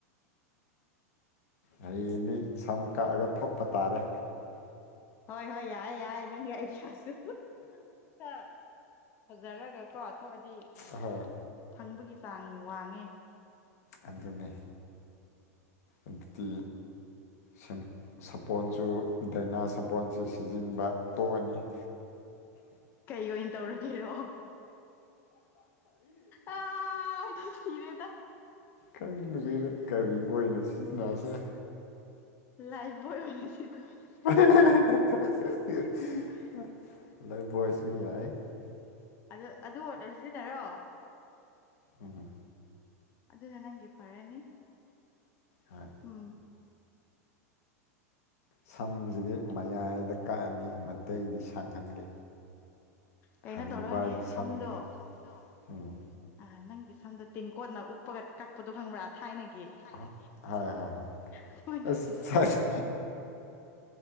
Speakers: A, on the left (about 70°); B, on the left (about 25°).
A: ꯍꯌꯦꯡꯗꯤ ꯁꯝ ꯀꯛꯑꯒ ꯊꯣꯛꯄ ꯇꯥꯔꯦ
B: ꯍꯣꯏ ꯍꯣꯏ ꯌꯥꯏꯌꯦ ꯌꯥꯏ ꯅꯪꯒꯤ ꯑꯩꯒꯤ ꯌꯥꯁꯨ ꯍꯥ ꯐꯖꯔꯒꯀꯣ ꯊꯣꯛꯑꯗꯤ
A: ꯑꯍꯣꯏ
B: ꯐꯪꯕꯒꯤ ꯆꯥꯡ ꯋꯥꯡꯉꯦ
A: ꯑꯗꯨꯅꯤ ꯑꯗꯨꯗꯤ ꯁ ꯁꯥꯄꯣꯟꯁꯨ ꯗꯥꯏꯅꯥ ꯁꯥꯄꯣꯟꯁꯨ ꯁꯤꯖꯤꯟꯕ ꯇꯣꯛꯑꯅꯤ <inaudible>
B: ꯀꯩ ꯑꯣꯏꯅ ꯇꯧꯔꯒꯦꯔꯣ ꯑ ꯑꯩꯗꯤ ꯁꯤꯔꯦꯗ
A: ꯈꯪꯗ꯭ꯔꯦꯗ ꯀꯔꯤ ꯑꯣꯏꯅ ꯁꯤꯖꯤꯟꯅꯁꯤꯔꯥ
B: ꯂꯥꯏꯄꯕꯣꯏ ꯑꯣꯏꯅꯥ
A: ꯑꯍ ꯍ ꯍ ꯍ ꯍ ꯂꯥꯏꯐꯕꯣꯏꯁꯨ ꯌꯥꯏ
B: ꯑꯗꯨ ꯑꯗꯨ ꯑꯣꯏꯅ ꯁꯤꯖꯤꯟꯅꯔꯣ
A: ꯎꯝꯝ
B: ꯑꯗꯨꯅ ꯅꯪꯒꯤ ꯐꯔꯅꯤ
A: ꯍꯣꯏ
B: ꯎꯝ
A: ꯁꯝꯁꯤꯗꯤ ꯃꯌꯥꯏꯗ ꯀꯛꯑꯅꯤ ꯃꯇꯩꯗꯤ ꯁꯥꯡꯍꯟꯒꯦ
B: ꯀꯩꯅꯣ
A: ꯍꯅꯨꯕꯥꯒꯤ
B: ꯇꯧꯔꯣꯅꯦ ꯁꯝꯗꯣ
A: ꯁꯝꯗ ꯎꯝ
B: ꯑ ꯅꯪꯒꯤ ꯁꯝꯗ ꯇꯦꯡꯀꯣꯠꯅ ꯎꯞꯄꯒ ꯀꯛꯄꯗꯣ ꯈꯪꯕ꯭ꯔꯥ ꯊꯥꯏꯅꯒꯤ
A: ꯍꯣꯏ ꯍꯣꯏ ꯍꯣꯏ
B: ꯑꯗꯨꯃꯥꯏꯅ
A: ꯑꯁ
B: ꯇꯧꯁꯤꯜꯂꯣ
A: ꯁꯥꯢꯁ